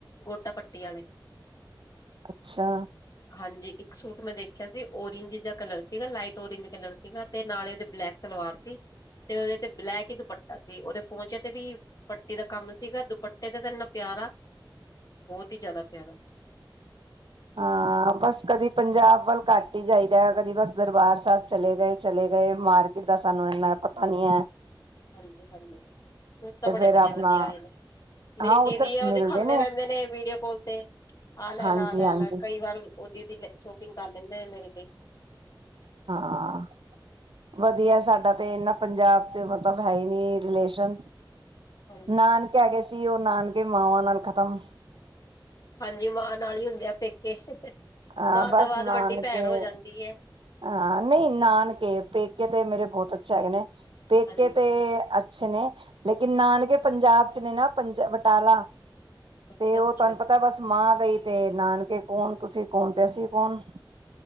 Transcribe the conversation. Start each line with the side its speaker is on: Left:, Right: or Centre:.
Left: ਗੋਟਾ ਪੱਟੀ ਵਾਲੇ
Right: ਅੱਛਾ
Left: ਹਾਂਜੀ ਇੱਕ ਸੂਟ ਮੈਂ ਦੇਖਿਆ ਸੀ ਔਰਇੰਜ ਦਾ ਕਲਰ ਸੀਗਾ ਲਾਈਟ ਓਰੇਂਜ ਕਲਰ ਸੀਗਾ ਤੇ ਨਾਲੇ ਉਹਦੇ ਬਲੈਕ ਸਲਵਾਰ ਸੀ ਤੇ ਉਹਦੇ ਤੇ ਬਲੈਕ ਹੀ ਦੁਪੱਟਾ ਸੀ ਉਹਦੇ ਪੋਚੇ ਤੇ ਵੀ ਪੱਟੀ ਦਾ ਕੰਮ ਸੀਗਾ ਦੁਪੱਟੇ ਤੇ ਤਾਂ ਇੰਨਾ ਪਿਆਰਾ ਬਹੁਤ ਹੀ ਜ਼ਿਆਦਾ ਪਿਆਰਾ
Right: ਹਾਂ ਬਸ ਕਦੀ ਪੰਜਾਬ ਵੱਲ ਘੱਟ ਹੀ ਜਾਈਦਾ ਕਦੀ ਬਸ ਦਰਬਾਰ ਸਾਹਿਬ ਚਲੇ ਗਏ ਚਲੇ ਗਏ ਮਾਰਕੀਟ ਦਾ ਸਾਨੂੰ ਇੰਨਾ ਪਤਾ ਨਹੀਂ ਹੈ
Left: ਹਾਂਜੀ ਹਾਂਜੀ ਸੂਟ ਤਾਂ
Right: ਤੇ
Left: ਬੜੇ
Right: ਫੇਰ
Left: ਵਧੀਆ
Right: ਆਪਣਾ
Left: ਵਧੀਆ ਆਏ ਨੇ ਮੇਰੀ
Right: ਹਾਂ
Left: ਦੀਦੀ
Right: ਉੱਧਰ
Left: ਆ ਉਹ
Right: ਮਿਲਦੇ
Left: ਦਿਖਾਂਦੇ ਰਹਿੰਦੇ ਨੇ ਵੀਡੀਓ ਕਾਲ ਤੇ ਆ
Right: ਹਾਂਜੀ
Left: ਲੈ
Right: ਹਾਂਜੀ
Left: ਲਾ ਕਈ ਵਾਰ ਓਹਦੀ ਦੀ ਸ਼ੋਪਿੰਗ ਕਰ ਲੈਂਦੇ ਆ ਮੇਰੇ ਤੇ
Right: ਹਾਂ ਵਧੀਆ ਸਾਡਾ ਤੇ ਐਨਾ ਪੰਜਾਬ ਚ ਮਤਲਬ ਹੈ ਹੀ ਨੀ ਰਿਲੇਸ਼ਨ
Left: ਹਾਂਜੀ
Right: ਨਾਨਕ ਹੈ ਗਏ ਸੀ ਉਹ ਨਾਨਕੇ ਮਾਵਾਂ ਨਾਲ ਖਤਮ
Left: ਹਾਂਜੀ ਮਾਂ ਨਾਲ ਹੀ ਹੁੰਦੇ ਆ ਪੇਕੇ ਤੇ
Right: ਅਹ
Left: ਮਾਂ
Right: ਬਸ
Left: ਤੋਂ ਬਾਅਦ
Right: ਨਾਨਕੇ
Left: ਵੱਡੀ ਭੈਣ ਹੋ ਜਾਂਦੀ ਹੈ
Right: ਹਾਂ ਨਹੀਂ ਨਾਨਕੇ ਪੇਕੇ ਤੇ ਮੇਰੇ ਬਹੁਤ ਅੱਛਾ ਹੈਗੇ ਨੇ ਪੇਕੇ
Left: ਹਾਂਜੀ
Right: ਤੇ ਅੱਛੇ ਨੇ ਲੇਕਿਨ ਨਾਨਕੇ ਪੰਜਾਬ ਚ ਨੇ ਨਾ ਪੰਜ ਬਟਾਲਾ
Left: ਅੱਛਾ
Right: ਤੇ ਉਹ
Left: ਅੱਛਾ
Right: ਤੁਹਾਨੂੰ ਪਤਾ ਬਸ ਮਾਂ ਬਈ ਤੇ ਨਾਨਕੇ ਕੌਣ ਤੁਸੀਂ ਕੌਣ ਤੇ ਅਸੀਂ ਕੌਣ